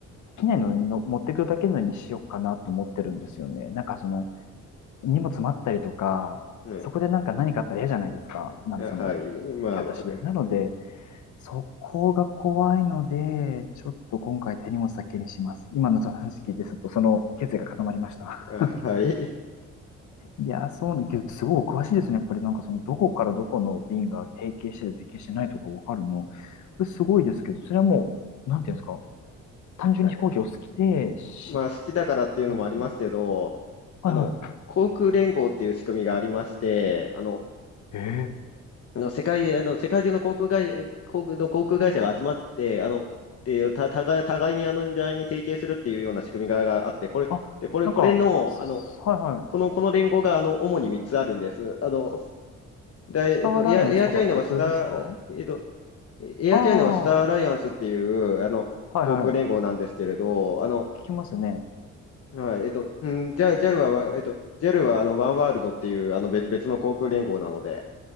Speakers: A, on the left; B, on the left.
A: 機内のの持ってくるだけのにしようかなと思ってるんですよね。なんかその、荷物待ったりとか、
B: はい。
A: そこでなんか何かあったら嫌じゃないですか。なんかその、
B: あはい。
A: 受け渡しで。
B: まあ、わかります。
A: なので、そこが怖いので、ちょっと今回手荷物だけにします。今のその話聞いて、ちょっとその決意が固まりました。
B: あはい。
A: いやー、そうね、けど、すごいお詳しいですね。やっぱりなんかその、どこからどこの便が提携してて提携してないとかわかるの。それすごいですけど、それはもう、なんていうんですか、単純に飛行機お好きで、
B: え
A: し、
B: まあ、好きだからっていうのもありますけど、
A: なんですかねはいは
B: あの、航空連合っていう仕組みがありまして、あの、
A: い。ええ
B: あの世界、あの世界中の航空会社、航空の航空会社が集まって、あの、で、た、互い、互いにあの、互いに提携するっていうような仕組みががあって、これ、
A: あ、
B: で、これ、
A: なんか、
B: これの、
A: すはいはい。
B: あの、この、この連合が、あの、主に3つあるんです。あの、で、
A: スターアライアンスとかってそれですか
B: えっと、エア、エアチャイナはスター、えっと、エアチャイナはスターアライアンスっていう、
A: ああ、は
B: あの、
A: いはい。
B: 航空連合なんですけれど、あの、
A: 聞きますね。
B: はい、えっと、うん、じゃジ j ルは、わえっと、ジ a ルはあのワンワールドっていうあの別、別の航空連合なので、